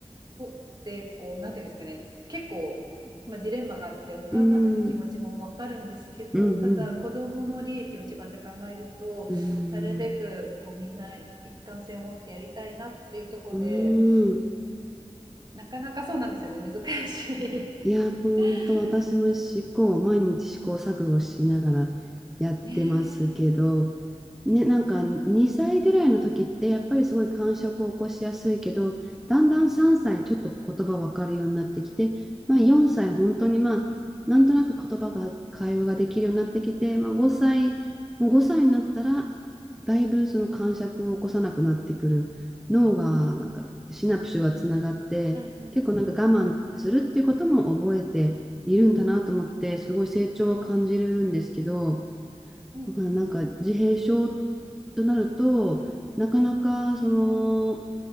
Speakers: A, on the right; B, in the centre.
A: ろでこう、なんていうんですかね、結構、まあ、ジレンマがあって、お母さんたちの気持ちもわかるんですけど、
B: うん。うんうん。
A: ただ子どもの利益を一番って考えると、
B: うん。
A: なるべくこうみんな一貫性を持ってやりたいなっていうところで、
B: うん。
A: なかなかそうなんですよね、難しい。
B: いや、本当私も試行、
A: <laughs>
B: 毎日試行錯誤しながらやってますけど、
A: ねえ、
B: ね、なんか2歳ぐらいの時ってやっぱりすごい感触を起こしやすいけど、
A: そうなんです。
B: だんだん3歳ちょっと言葉わかるようになってきて、まあ4歳本当にまあ、なんとなく言葉が、会話ができるようになってきて、まあ5歳、もう5歳になったら、だいぶその感触を起こさなくなってくる。脳がなんかシナプスがつながって、
A: うんうん
B: 結構なんか我慢するっていうことも覚えているんだなと思って、すごい成長は感じるんですけど、
A: うんうんうんうん
B: だからなんか自閉症となると、なかなかその我